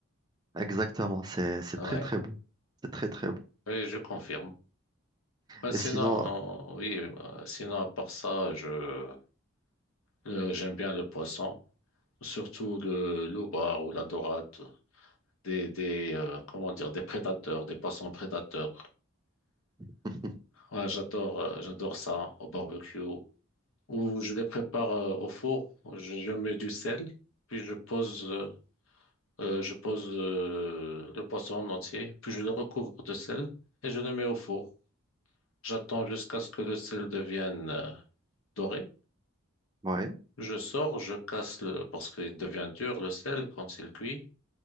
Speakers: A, on the right; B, on the left.
A: Exactement. C'est, c'est
B: Ouais.
A: très, très bon. C'est très, très bon.
B: Oui, je confirme. Bah,
A: Et
B: sinon,
A: sinon,
B: euh, oui, bah, sinon, à part ça, je, euh, j'aime bien le poisson. Surtout le loubar ou la dorade. Des, des, euh, comment dire, des prédateurs, des poissons prédateurs.
A: <laughs>
B: Ouais, j'adore, euh, j'adore ça au barbecue. ou je les prépare euh, au four. Je, je mets du sel, puis je pose, euh, euh, je pose euh, le poisson en entier, puis je le recouvre de sel et je le mets au four. J'attends jusqu'à ce que le sel devienne euh, doré.
A: ouais,
B: Je sors, je casse le, parce qu'il devient dur, le sel, quand il cuit.